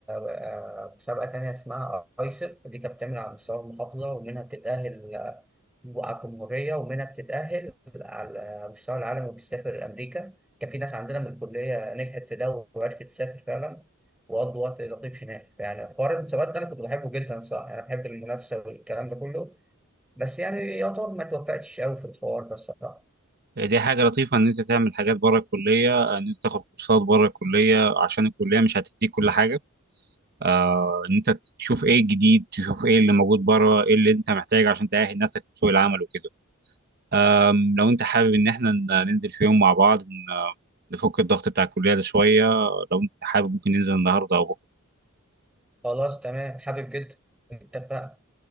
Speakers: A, in the centre; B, on the right (about 45°).
A: آه، مسابقة تانية اسمها أيسر دي كانت بتعمل على مستوى المحافظة ومنها بتتأهل آه، على الجمهورية ومنها بتتأهل على مستوى العالم وبتسافر أمريكا كان في ناس عندنا من الكلية نجحت في ده وعرفت تسافر فعلا وقضوا وقت لطيف هناك يعني حوار المسابقات ده أنا كنت بحبه جدا صراحة أنا بحب المنافسة والكلام ده كله بس يعني يعتبر ما توفقتش أوي في الحوار ده الصراحة
B: آه، دي حاجه لطيفه ان انت تعمل حاجات بره الكليه ان انت تاخد كورسات بره الكليه عشان الكليه مش هتديك كل حاجه آه، ان انت تشوف ايه الجديد تشوف ايه اللي موجود بره ايه اللي انت محتاجه عشان تأهل نفسك لسوق العمل وكده أم، لو انت حابب ان احنا ن- ننزل في يوم مع بعض ن- آه، نفك الضغط بتاع الكلية ده شوية لو انت حابب ممكن ننزل النهاردة او بكرة
A: خلاص تمام حابب جدا اتفقنا